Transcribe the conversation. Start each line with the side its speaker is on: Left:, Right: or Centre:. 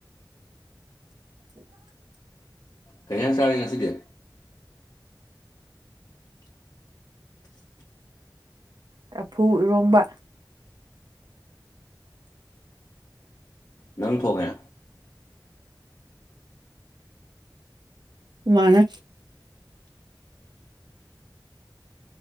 Right: ꯎ <inaudible>
Left: ꯀꯩ ꯌꯦꯟꯁꯪ ꯗꯤ ꯆꯔꯒꯦ ꯉꯥꯁꯤꯗꯦ <unintelligible> <inaudible>
Right: ꯂꯥꯐꯨ ꯏꯔꯣꯝꯕꯥ
Left: ꯅꯪ ꯊꯣꯡꯉꯦ
Right: ꯃꯅꯥ